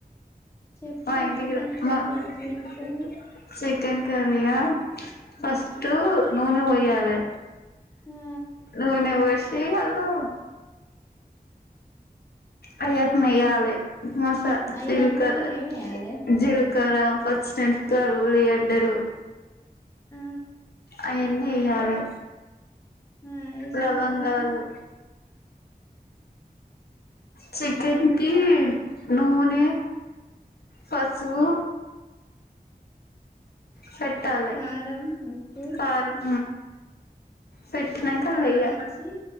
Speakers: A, on the left; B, on the left.
A: చెప్పు
B: మా ఇంటికి
A: చికెన్
B: రా
A: కర్రీ
B: మా
A: ఎట్లా
B: సెట్.
A: వండుతారు
B: చికెన్ కర్రీయా ఫస్ట్
A: ఆ
B: నూనె పోయ్యాలే.
A: ఆ
B: నూనె వోయ్. సి అళో అవన్నీ వేయాలి. మాస
A: అయ్యన్ని
B: జిలకరా
A: అంటే ఏమేయ్యాలే
B: జిల్. కార్ ఆఫ్ వచ్చినాక ఉల్లిగడ్డలు
A: ఆ
B: అయన్నీ ఎయ్యాలె
A: ఆ వేసిన
B: లవంగాలు
A: తర్వాత
B: చిక్కెన్
A: ఇంకా
B: కి నూనె పసుపు పెట్టాలె
A: కారం ఉప్పు
B: కారం పెట్టినంక
A: అవన్నీ
B: అల్లెయ్య
A: పట్టించి